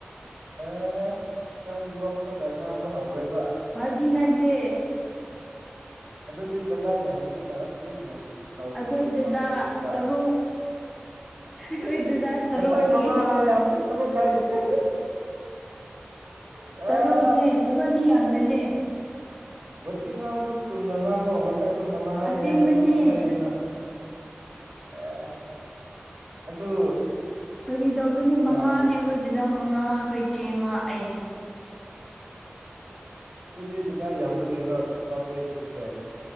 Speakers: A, on the right; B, in the centre.
A: ꯑꯦ ꯅꯪ ꯅꯣꯛꯂꯒ ꯉꯥꯡꯕ ꯍꯧꯔꯦꯕ
B: ꯋꯥꯊꯤ ꯅꯠꯇꯦ
A: ꯑꯗꯨꯗꯤ ꯗꯗꯥ ꯌꯥꯝꯕꯅꯤꯅ <unintelligible>
B: ꯑꯩꯈꯣꯏ
A: ꯅꯨꯄꯥ
B: ꯗꯨꯗꯥ
A: ꯀꯣꯏꯗꯕ꯭ꯔꯥ
B: ꯇꯥꯔꯨꯛ ꯑꯩꯈꯣꯏ ꯗꯥꯗꯥꯥ ꯇꯥꯔꯨꯛꯅꯦ
A: ꯉꯁꯥꯏ ꯃꯉꯥ ꯍꯥꯏꯌꯦ ꯍꯧꯖꯤꯛ ꯇꯔꯨꯛ ꯍꯥꯏꯈ꯭ꯔꯦ ꯑ
B: ꯇꯥꯔꯨꯛꯅꯦ ꯑꯩꯈꯣꯏ ꯃꯤ ꯌꯥꯝꯕꯅꯦ
A: ꯋꯥꯠꯊꯤ ꯉꯥꯡꯔꯁꯨ ꯆꯨꯝꯅ ꯉꯥꯡꯉꯣ ꯉꯁꯥꯏꯗꯣ ꯃꯉꯥ ꯍꯥꯏꯑꯦ
B: ꯑꯁꯦꯡꯕꯅꯦ
A: ꯍꯧꯖꯤꯛ ꯇꯔꯨꯛ ꯍꯥꯏꯌꯦ ꯅꯪ ꯑꯦ ꯑꯗꯨ
B: ꯐꯒꯤ ꯇꯧꯕꯅꯦ ꯃꯉꯥꯅꯦ
A: ꯑ
B: ꯑꯩꯈꯣꯏ ꯗꯥꯗꯥ ꯃꯉꯥ ꯑꯩꯈꯣꯏ ꯏꯆꯦ ꯑꯃꯥ ꯑꯩ
A: ꯑꯗꯨꯗꯤ ꯗꯥꯗꯥ ꯌꯥꯝꯕꯒꯤꯔꯣ ꯅꯨꯄꯥ ꯀꯣꯏꯗ꯭ꯔꯤꯁꯦ